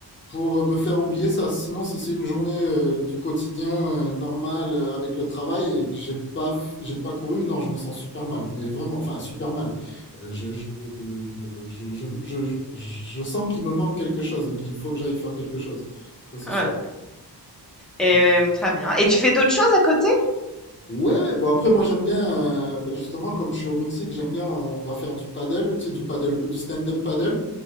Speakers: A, on the left; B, in the centre.
A: pour me faire oublier ça. Sinon, si c'est une journée euh, du quotidien euh, normal euh, avec le travail et que j'ai pas, f- j'ai pas couru, non, je me sens super mal. Mais vraiment, enfin, super mal. Euh, je, je, je, je, je- je- je sens qu'il me manque quelque chose et qu'il faut que j'aille faire quelque chose. Ça, c'est
B: Voilà.
A: sûr.
B: Et
A: Ça,
B: euh, très bien. Et tu fais d'autres choses à côté
A: Ouais, bon après moi j'aime bien, euh, bah, justement comme je suis au Mexique, j'aime bien, on va faire du paddle, tu sais, du paddle, du stand-up paddle.